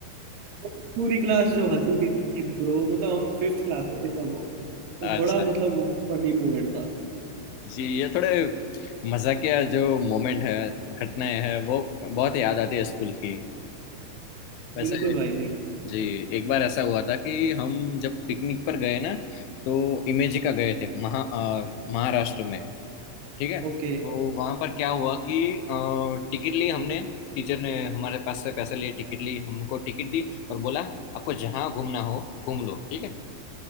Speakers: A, on the right; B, on the left.
A: पूरी क्लास जो हंसी थी ब्रो मतलब हम फिफ्थ क्लास में थे तब वो तो
B: अच्छा
A: बड़ा मतलब वो फनी मोमेंट था
B: जी ये थोड़े मजाकिया जो मोमेंट है घटनाएं हैं वो बहुत याद आती है स्कूल की वैसे
A: बिल्कुल भाई बिल्कुल
B: जी एक बार ऐसा हुआ था कि हम जब पिकनिक पर गए ना तो इमेजिका गए थे महा अ, महाराष्ट्र में ठीक है
A: ओके
B: तो वहां पर क्या हुआ कि टिकट ली हमने टीचर ने हमारे पास से पैसे लिए टिकट ली हमको टिकट दी और बोला आपको जहाँ घूमना हो घूम लो ठीक है